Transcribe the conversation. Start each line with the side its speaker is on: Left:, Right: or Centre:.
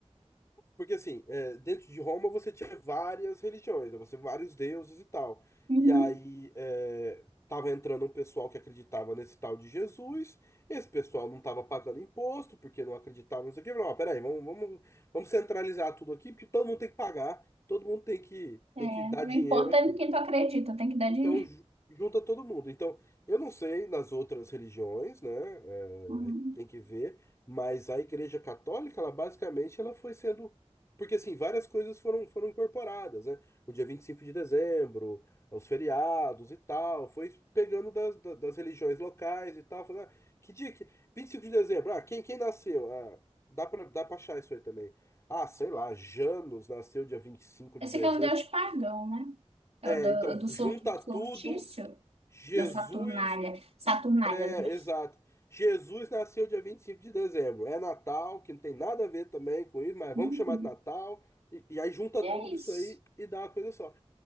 Left: Porque, assim, é, dentro de Roma você tinha várias religiões, né? você vários deuses e tal.
Right: Uhum.
Left: E aí é, tava entrando um pessoal que acreditava nesse tal de Jesus, esse pessoal não tava pagando imposto, porque não acreditava, não sei o quê. Falou, ó, peraí, vamos, vamos, vamos centralizar tudo aqui, porque todo mundo tem que pagar, todo mundo tem que,
Right: É,
Left: tem que dar
Right: não
Left: dinheiro
Right: importa
Left: aqui.
Right: em quem tu acredita, tem que dar
Left: Então,
Right: dinheiro.
Left: ju- junta todo mundo. Então, eu não sei nas outras religiões, né?
Right: Uhum.
Left: é, aí tem que ver, mas a Igreja Católica, ela basicamente ela foi sendo. Porque, assim, várias coisas foram, foram incorporadas, né? O dia 25 de dezembro, os feriados e tal, foi pegando das, da- das, religiões locais e tal, falando, ah, que dia que. vinte e cinco de dezembro, ah, quem, quem nasceu? Ah, dá pra, dá pra achar isso aí também. Ah, sei lá, Janos nasceu dia 25
Right: Esse
Left: de dezembro.
Right: aqui é o deus pagão, né? É
Left: É,
Right: o do,
Left: então
Right: do sor-
Left: junta
Right: sortício
Left: tudo Jesus,
Right: da Saturnália. Saturnália,
Left: é,
Right: não é?
Left: exato. Jesus nasceu dia 25 de dezembro. É Natal, que não tem nada a ver também com isso, mas
Right: Uhum.
Left: vamos chamar de Natal. E, e aí junta
Right: E
Left: tudo
Right: é isso.
Left: isso aí e dá uma coisa só.